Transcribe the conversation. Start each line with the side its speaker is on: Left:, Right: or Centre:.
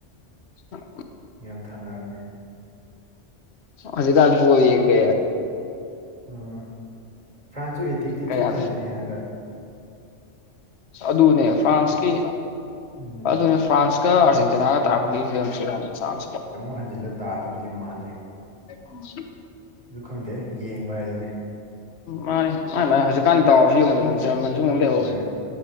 Left: <unintelligible>
Right: ꯌꯥꯝ ꯊꯥꯅꯔꯒꯦ
Left: ꯍꯧꯖꯤꯛꯀꯥꯟ ꯕꯣꯜ ꯌꯦꯡ ꯗꯦ
Right: ꯑꯣ ꯐ꯭ꯔꯥꯟꯁꯨ ꯑꯦꯇꯦꯛꯇꯤ
Left: ꯀꯌꯥ
Right: ꯊꯤ ꯐꯖꯩꯌꯦ ꯍꯟꯗꯛ
Left: ꯑꯗꯨꯅꯦ ꯐ꯭ꯔꯥꯟꯁꯀꯤ
Right: ꯎꯝ
Left: ꯑꯗꯨꯅꯦ ꯐ꯭ꯔꯥꯟꯁꯀꯤ ꯀꯔ ꯑꯔꯖꯦꯟ ꯇꯤꯅꯥꯒ ꯇꯥꯛꯄꯒꯤ ꯐꯤꯕꯝꯁꯦ ꯌꯥꯝ ꯆꯥꯟ
Right: ꯑꯃꯨꯛ ꯍꯟꯖꯤꯜꯂ ꯇꯥꯗꯧꯗꯤ ꯃꯥꯜꯂꯦ
Left: <inaudible>
Right: ꯑꯗꯨ ꯈꯪꯗꯦ ꯌꯦꯡꯕ ꯍꯥꯏꯗꯨꯅꯦ
Left: ꯃꯥꯅꯦ ꯃꯥꯢ ꯃꯥꯢ ꯍꯧꯖꯤꯛꯀꯥꯟ ꯗꯥꯎꯁꯨ ꯌꯦꯡꯉꯣꯗꯅ ꯖꯔꯃꯟꯁꯨ ꯑꯃꯨꯛ ꯂꯩꯍꯧꯋꯦ
Right: ꯍꯣꯏ